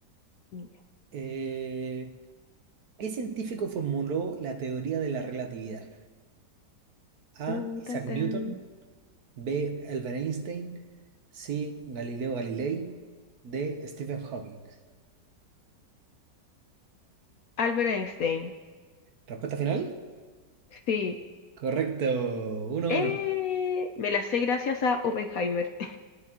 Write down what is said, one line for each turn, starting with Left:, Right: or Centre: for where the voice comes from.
Left: ya.
Right: Eh, ¿qué científico formuló la teoría de la relatividad? A.
Left: Uh,
Right: Isaac
Left: tan,
Right: Newton.
Left: tan.
Right: B. Albert Einstein. C. Galileo Galilei. D. Stephen Hawking.
Left: Albert Einstein.
Right: ¿Respuesta final?
Left: Sí.
Right: Correcto. Uno
Left: Eh,
Right: uno.
Left: me la sé gracias a Oppenheimer.